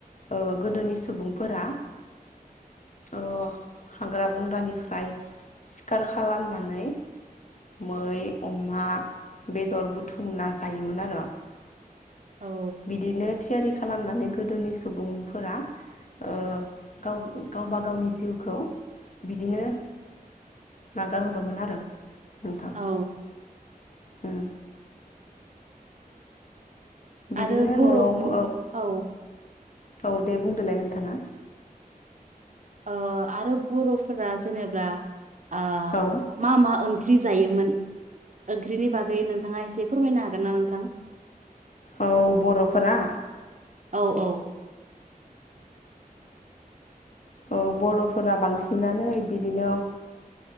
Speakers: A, on the left; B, on the right.
A: ओ गोदोनि सुबुंफोरा ओ हाग्रा बंग्रानिफ्राय सिखार खालामनानै मै अमा बेदर बुथुमना जायोमोन आरो।
B: औ
A: बिदिनो थियारि खालामनानै गोदोनि सुबुंफोरा ओ गाव गावबा गावनि जिउखौ बिदिनो नागारहरोमोन आरो नोंथां
B: औ
A: उम बिदिनो
B: आरो बर'फोर
A: न'आवबो
B: औ
A: औ दे बुंदोलाय नोंथाङा
B: ओ आरो बर'फोरा जेनेबा ओ
A: औ
B: मा मा ओं ओंख्रि जायोमोन ओंख्रिनि बागै नोंथाङा एसे फोरमायनो हागोन ना नोंथां।
A: औ बर'फोरा
B: औ औ
A: औ बर'फोरा बांसिनानो बिदिनो